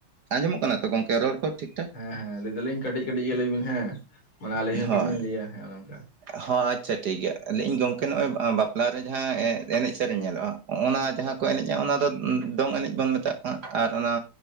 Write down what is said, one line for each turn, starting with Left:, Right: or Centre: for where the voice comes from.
Right: ᱟᱸᱡᱚᱢᱚᱜ ᱠᱟᱱᱟ ᱛᱚ ᱜᱚᱝᱠᱮ ᱨᱚᱲ ᱠᱚ ᱴᱷᱤᱠ ᱴᱷᱟᱠ
Left: ᱦᱮᱸ ᱦᱮᱸ ᱞᱟᱹᱭ ᱫᱟᱞᱤᱧ ᱠᱟᱹᱴᱤᱡ ᱠᱟᱹᱴᱤᱡ ᱞᱟᱹᱭ ᱵᱤᱱ ᱦᱮᱸ ᱢᱟᱱᱮ ᱟᱹᱞᱤᱧ ᱦᱚᱸ
Right: ᱦᱳᱭ
Left: ᱠᱟᱹᱡ ᱞᱤᱧ ᱞᱟᱹᱭᱟ ᱚᱱᱮᱝᱠᱟ
Right: ᱦᱚᱸ ᱟᱪᱷᱟ ᱴᱷᱤᱠᱜᱮᱭᱟ ᱟ ᱤᱧ ᱜᱚᱝᱠᱮ ᱱᱚᱜᱼᱚᱭ ᱵᱟᱯᱞᱟ ᱨᱮ ᱡᱟᱦᱟᱸ ᱮᱱᱮᱡ ᱥᱮᱨᱮᱧ ᱧᱮᱞᱚᱜᱼᱟ ᱚᱱᱟ ᱡᱟᱦᱟᱸ ᱠᱚ ᱮᱱᱮᱡᱼᱟ ᱚᱱᱟ ᱫᱚ ᱫᱚᱝ ᱮᱱᱮᱡ ᱵᱚᱱ ᱢᱮᱛᱟᱜ ᱠᱟᱱᱟ ᱟᱨ ᱚᱱᱟ